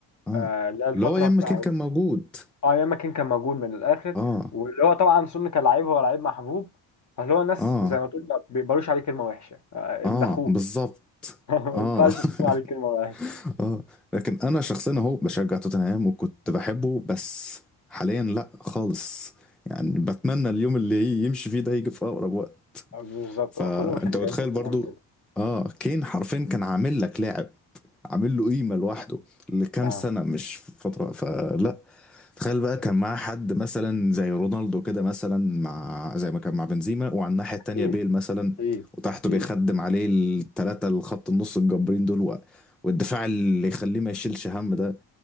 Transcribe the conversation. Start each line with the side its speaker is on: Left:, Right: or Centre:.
Centre: اه
Left: آه اللي هي الفتره
Centre: اللي هو ياما
Left: بتاعت
Centre: كين كان موجود
Left: اه ايام ما كان كان موجود من الاخر
Centre: اه
Left: واللي هو طبعا سون كان لعيب هو لعيب محبوب فاللي هو الناس
Centre: اه
Left: زي ما تقول ما بيقبلوش عليه كلمه وحشه آه
Centre: اه
Left: ابن اخوه
Centre: بالظبط
Left: <laughs> ما
Centre: اه
Left: ينفعش تقول
Centre: <laughs>
Left: عليه كلمه وحشه
Centre: اه لكن انا شخصيا اهو بشجع توتنهام وكنت بحبه بس حاليا لا خالص يعني بتمنى اليوم اللي يمشي فيه ده يجي في اقرب وقت
Left: بالظبط
Centre: فانت
Left: هو كل مشجعين
Centre: متخيل
Left: توتنهام
Centre: برضو
Left: كده
Centre: اه كين حرفيا كان عامل لك لاعب عامل له قيمة لوحده لكام
Left: آه.
Centre: سنة مش فترة فلا تخيل بقى كان معاه حد مثلا زي رونالدو كده مثلا مع زي ما كان مع بنزيما وعلى الناحية التانية
Left: أكيد
Centre: بيل مثلا
Left: أكيد
Centre: وتحته
Left: أكيد
Centre: بيخدم عليه التلاتة الخط النص الجبارين دول و- والدفاع اللي يخليه ما يشيلش هم ده